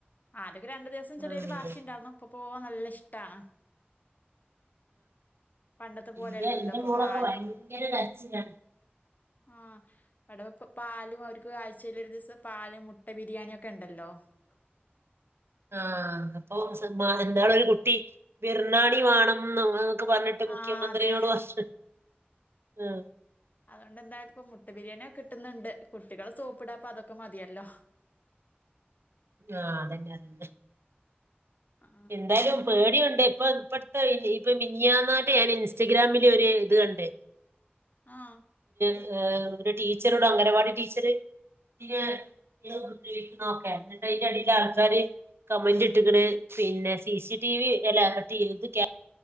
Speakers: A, on the left; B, on the right.
A: ആദ്യക്കേ രണ്ട് ദിവസം ചെറിയൊരു
B: ഉം.
A: വാശി ഇണ്ടാന്ന് ഇപ്പ പോവാൻ നല്ല ഇഷ്ടാണ് പണ്ടത്തെ പോലെല്ലല്ലോ
B: എന്റെ എന്റെ
A: ഇപ്പൊ
B: മോളൊക്കെ
A: പാലും
B: ഭയങ്കര കരച്ചിലാണ്
A: ആ അവിടെ പാലും അവർക്ക് ആഴ്ചയിൽ ഒരു ദിവസം പാലും മുട്ട ബിരിയാണിയൊക്കെണ്ടല്ലോ <unintelligible>
B: ആ അപ്പൊ <unintelligible> ഇന്നാള് ഒരു കുട്ടി ബിർണാണി വാണം മ്മ് അങ്ങള്ക്കെ പറഞ്ഞിട്ട് മുഖ്യമന്ത്രിയോട്
A: ആഹ് അതെ
B: <unintelligible> ആ
A: അതുകൊണ്ട്ന്തായാ ഇപ്പൊ മുട്ട ബിരിയാണിക്കെ കിട്ടുന്നുണ്ട് കുട്ടികളെ സോപ്പിടാപ്പ അത ക്ക മതിയല്ലോ
B: ആ അതന്നെ അതന്നെ
A: ആഹ്
B: എന്താലും പേടിയൊണ്ട് ഇപ്പ ഇപ്പത്തെ ഇപ്പ മിനിഞ്ഞാന്നാട്ട് ഞാൻ ഇൻസ്റ്റഗ്രാമില് ഒരു ഇത് കണ്ട്
A: ആ
B: ഏ ഒരു ടീച്ചറോട് അംഗനവാടി ടീച്ചറ് കുട്ടിനെ <unintelligible> ഉപദ്രവിക്കണോക്കെ എന്നിട്ട്യിന്റെടി ലാൾക്കാര് കമന്റ് ഇട്ടക്കണ് പിന്നെ സി സി ടിവി അല്ല <unintelligible>